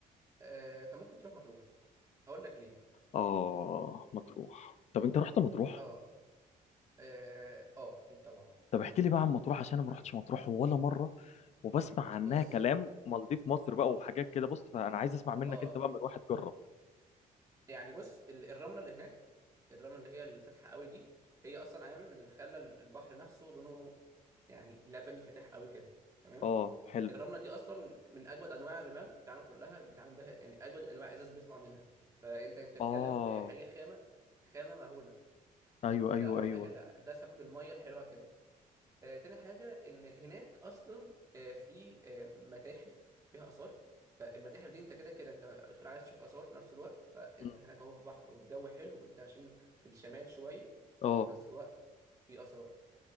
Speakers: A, on the right; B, on the left.
A: آه فممكن تروح مطروح هقول لك ليه
B: اه مطروح طب انت رحت مطروح
A: اه اه آه، اكيد طبعا
B: طب احكي لي بقى عن مطروح عشان انا ما
A: آه.
B: رحتش مطروح ولا مره وبسمع عنها
A: بص
B: كلام مالديف مصر بقى وحاجات كده بص فانا عايز اسمع منك
A: اه
B: انت بقى من واحد جرب
A: يعني بص ال- الرمله اللي هناك الرمله اللي هي الفاتحه قوي دي هي اصلا عامل من اللي خلى ال- البحر نفسه لونه يعني لبني فاتح قوي كده تمام
B: اه حلو
A: الرمله دي اصلا من اجود انواع الرمال في العالم كلها اللي بيتعامل بها يعني اجود انواع ازاز بيطلع منها فانت بتتكلم
B: اه
A: في حاجه خامه خامه مهوله
B: ايوه
A: ده
B: ايوه
A: اول
B: ايوه
A: حاجه لا ده سبب الميه الحلوه كده آه، تاني حاجة إن هناك أصلا آه، في آه، متاحف فيها آثار فالمتاحف دي أنت كده كده أنت بتقول عايز تشوف آثار في نفس الوقت فأنت
B: مم.
A: هناك أهو في بحر والجو حلو وأنت عشان في الشمال شوية
B: اه
A: في نفس الوقت في آثار